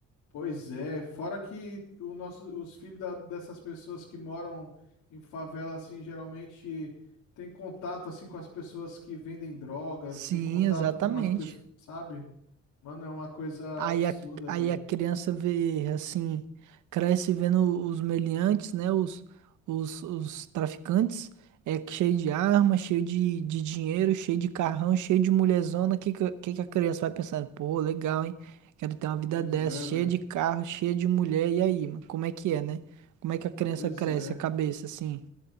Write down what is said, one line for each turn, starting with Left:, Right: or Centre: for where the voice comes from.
Left: Pois é, fora que o nosso, os filhos da- dessas pessoas que moram em favela, assim, geralmente tem contato, assim, com as pessoas que vendem drogas,
Right: Sim,
Left: tem contato
Right: exatamente.
Left: com as pessoas, sabe? Mano, é uma coisa
Right: Aí
Left: absurda,
Right: a, aí
Left: velho.
Right: a criança vê, assim, cresce vendo os meliantes, né? Os, os, os traficantes, é cheio de arma, cheio de, de dinheiro, cheio de carrão, cheio de mulherzona. Que, que, que que a criança vai pensando? Pô, legal, hein? Quero ter uma vida
Left: Pois
Right: dessa,
Left: é,
Right: cheia
Left: velho.
Right: de carro, cheia de mulher. E aí, mano, como é que é, né? Como é que a criança
Left: Pois
Right: cresce,
Left: é.
Right: a cabeça, assim?